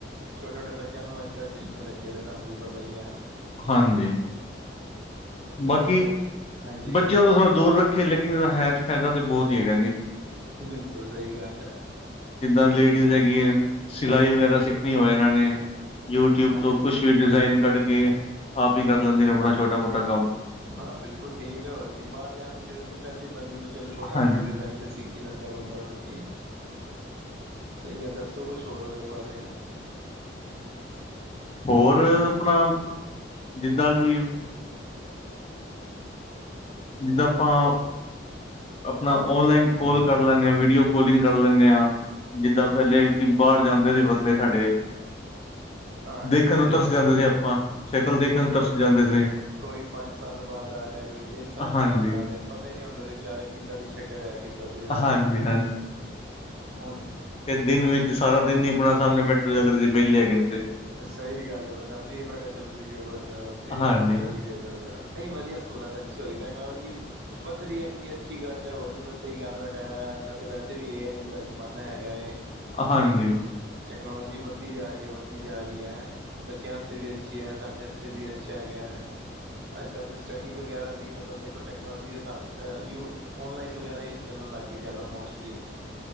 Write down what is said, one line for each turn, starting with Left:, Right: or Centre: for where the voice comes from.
Right: ਛੋਟੇ ਛੋਟੇ ਬੱਚਿਆਂ ਨੂੰ ਅੱਜ ਕੱਲ ਚਸ਼ਮੇ ਲੱਗੇ ਨੇ ਤੁਹਾਨੂੰ ਵੀ ਪਤਾ ਹੀ ਹੈ
Left: ਹਾਂਜੀ
Right: ਚਲੋ
Left: ਬਾਕੀ
Right: ਬੱਚਿਆਂ ਹਾਂਜੀ
Left: ਬੱਚਿਆਂ ਤੋਂ ਥੋੜ੍ਹਾ ਦੂਰ ਰੱਖੇ ਲੇਕਿਨ ਇਹਦਾ ਹੈ ਫਾਇਦਾ ਤੇ ਬਹੁਤ ਹੀ ਹੈਗਾ ਜੀ
Right: ਬਿਲਕੁਲ ਸਹੀ ਗੱਲ ਹੈ
Left: ਜਿੱਦਾਂ ਲੇਡੀਜ਼ ਹੈਗੀ ਹੈ ਸਿਲਾਈ ਵਗੈਰਾ ਸਿੱਖਣੀ ਹੋਵੇ ਇਹਨਾਂ ਨੇ ਯੂਟਿਊਬ
Right: ਹਾਂਜੀ
Left: ਤੋਂ ਕੁੱਛ ਵੀ ਡਿਜ਼ਾਇਨ ਕੱਢ ਕੇ ਆਪ ਹੀ ਕਰ ਲੈਂਦੇ ਨੇ ਆਪਣਾ ਛੋਟਾ ਮੋਟਾ ਕੰਮ।
Right: ਹਾਂ ਬਿਲਕੁਲ ਠੀਕ ਹੈ ਹੋਰ ਕੀ ਬਾਹਰ ਜਾਣ ਦੀ ਜੁਰਤ ਨਹੀਂ ਪੈਂਦੀ ਬੰਦੇ ਨੂੰ ਚਲੋ ਛੋਟਾ
Left: ਹਾਂਜੀ
Right: ਮੋਟਾ ਡਿਜਾਇਨ ਤੇ ਸਿੱਖ ਕੀ ਲੰਦਾ ਬੰਦਾ ਹੋਰ ਕੀ ਸਹੀ ਗਲ ਦੱਸੋ ਕੁੱਛ ਹੋਰ ਉਹਦੇ ਬਾਰੇ
Left: ਹੋਰ ਆਪਣਾ ਜਿੱਦਾਂ ਕਿ ਜਿੱਦਾਂ ਆਪਾਂ ਅਪਣਾ ਓਨਲਾਈਨ ਕੋਲ ਕਰ ਲੈਂਣੇ ਹਾਂ ਵੀਡੀਓ ਕੋਲਿੰਗ ਕਰ ਲੈਂਣੇ ਆਂ ਜਿੱਦਾਂ ਪਹਿਲੇ ਕਿ ਬਾਹਰ ਜਾਂਦੇ ਸੀ ਬੰਦੇ ਸਾਡੇ
Right: ਹਾਂਜੀ
Left: ਦੇਖਣ
Right: ਸਹੀ
Left: ਨੂੰ ਤਰਸ
Right: ਗੱਲ
Left: ਜਾਂਦੇ
Right: ਹੈ,
Left: ਸੀ ਆਪਾਂ ਸ਼ਕਲ
Right: ਬਿਲਕੁਲ
Left: ਦੇਖਣ ਨੂੰ
Right: ਬਿਲਕੁਲ
Left: ਤਰਸ ਜਾਂਦੇ ਸੀ
Right: ਕੋਈ ਪੰਜ ਸਾਲ ਬਾਅਦ ਆ ਰਿਹਾ ਕੋਈ ਤਿੰਨ ਸਾਲਾਂ
Left: ਹਾਂਜੀ
Right: ਬਾਅਦ ਆ ਰਿਹਾ ਪਤਾ ਹੀ ਨਹੀਂ ਹੁੰਦਾ ਸੀ ਵਿਚਾਰੇ ਕਿੱਦਾਂ ਦੀ ਸ਼ਕਲ ਹੈ ਕਿੱਦਾਂ ਦੀ ਨਹੀਂ
Left: ਹਾਂਜੀ
Right: ਹੈ ਕੀ ਹੋਇਆ ਕੀ ਨਹੀਂ
Left: ਫੇ ਦਿਨ ਵਿੱਚ ਸਾਰਾ ਦਿਨ ਨੀ ਆਪਣਾ ਸਾਹਮਣੇ ਬੇਠੈ <unintelligible> ਜੇ ਵੇਲੇ ਹੈਗੇ ਨ ਤੇ
Right: ਸਹੀ ਗੱਲ ਹੈ ਬੰਦਾ ਫਰੀ ਬੈਠਾ ਚਲੋ ਵੀਡੀਓ ਕੋਲ ਮਿਲਾ ਲੋ ਫਰੀ
Left: ਹਾਂਜੀ
Right: ਬੈਠਾ ਚਲੋ
Left: ਹਾਂਜੀ
Right: ਵੀਡੀਓ ਗੱਲ ਕਰ ਲਾਂ ਨਹੀਂ ਵਧੀਆ ਸਹੂਲਤ ਅੱਛੀ ਹੋ ਗਈ ਟੈਕਨੋਲੋਜੀ ਵੱਧ ਰਹੀ ਹੈ ਅੱਗੇ ਅੱਛੀ ਗੱਲ ਹੈ ਹੋਰ ਵੀ ਵੱਧੇਗੀ ਆਣ ਆਲੇ ਟਾਈਮ ਹੈ ਅੱਜ ਕੱਲ ਤੇ ਵੈਸੇ ਵੀ ਏ ਆਈ ਦਾ ਜ਼ਮਾਨਾ ਹੈਗਾ ਹੈ
Left: ਹਾਂਜੀ
Right: ਟੈਕਨੋਲੋਜੀ ਵੱਧਦੀ ਜਾ ਰਹੀ ਹੈ ਵੱਧਦੀ ਜਾ ਰਹੀ ਹੈ ਬੱਚਿਆਂ ਵਸਤੇ ਵੀ ਅੱਛੀ ਹੈ ਸਾਡੇ ਵਸ ਤੇ ਵੀ ਅੱਛਾ ਹੈਗੈ ਅੱਜ ਕੱਲ ਤੇ ਸਟੱਡੀ ਵਗੈਰਾ ਵੀ ਮਤਲਬ ਦੇਖੋ ਟੈਕਨੋਲਜੀ ਦੇ ਹਿਸਾਬ ਅ ਯੁ ਔਨਲਾਈਨ ਵਗੈਰਾ ਹੀ ਚੱਲਣ ਲੱਗ ਗਏ ਜ਼ਿਆਦਾ ਮੋਸਟਲੀ